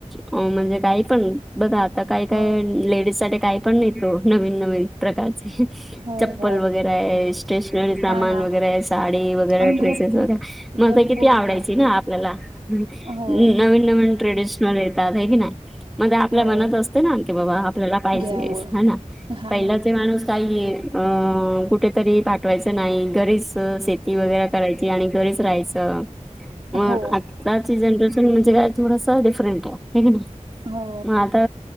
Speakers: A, in the centre; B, on the right.
A: म्हणजे काही पण बघा. आता काही काय
B: हम्म.
A: लेडीज साठी काही पण येतो नवीन नवीन प्रकारचे.
B: हो
A: चप्पल
B: हो
A: वगैरे ये स्टेशनरी सामान
B: हा ना
A: वगैरे ये साडी वगैरे
B: आणि
A: ड्रेसेस
B: भरपूर
A: वगैरे. माझा
B: भरपूर
A: किती आवडायची
B: भरपूर
A: ना आपल्याला. नवीन
B: हो
A: नवीन ट्रेडिशनल येतात हाय की नाय. म्हणजे आपल्या
B: हो
A: मनात असते ना की बाबा आपल्याला पाहिजे
B: घ्यावं
A: ह ना.
B: हा
A: पहिल्याचे
B: ना
A: माणूस काही ये अ कुठेतरी पाठवायचं नाही घरीच. वगैरा करायची आणि घरीच राहायचं मग.
B: हो
A: आजची जनरेशन म्हणजे काय थोडस डिफरंट ये हे की नाय
B: हो
A: मग आता.